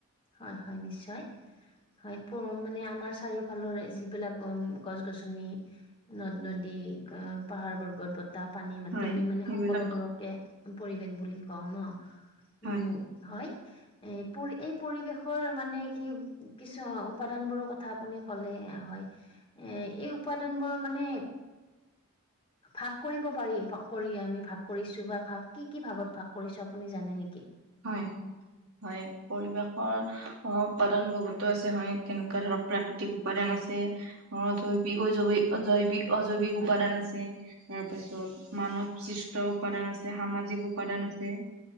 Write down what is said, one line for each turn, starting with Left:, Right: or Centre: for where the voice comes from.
Left: হয়, হয়, নিশ্চয়। হয়! অ'! মানে, আমাৰ চাৰিওফালৰ যিবিলাক, উম! গছ-গছনি, নদ-নদী, অ' পাহাৰ-পৰ্বত, ব বতাহ, পানী-মাটি
Right: হয়
Left: আমি মানে,
Right: সেইবিলাক
Left: সকলোবোৰকে পৰিৱেশ বুলি কওঁ ন',
Right: হয়
Left: উম। হয়, এই পৰি, এই পৰিবেশৰ মানে, কি-কিছু উপাদানবোৰৰ কথা আপুনি ক'লে, হয়। এ, এই উপাদানবোৰ মানে, ভাগ কৰিব পাৰি, কৰি আমি ভাগ কৰিছোঁ বা ভাগ, কি কি ভাগত ভাগ কৰিছোঁ, আপুনি জানে নেকি?
Right: হয়! হয়, পৰিৱেশৰ উপাদান বহুতো আছে, হয়। কেনেকুৱা ধৰক, প্ৰাকৃতিক উপাদান আছে। অ' জৈৱিক-অজৈৱিক, জৈৱিক-অজৈৱিক উপাদান আছে। তাৰপাছত, মানৱসৃষ্ট উপাদান আছে, সামাজিক উপাদান আছে।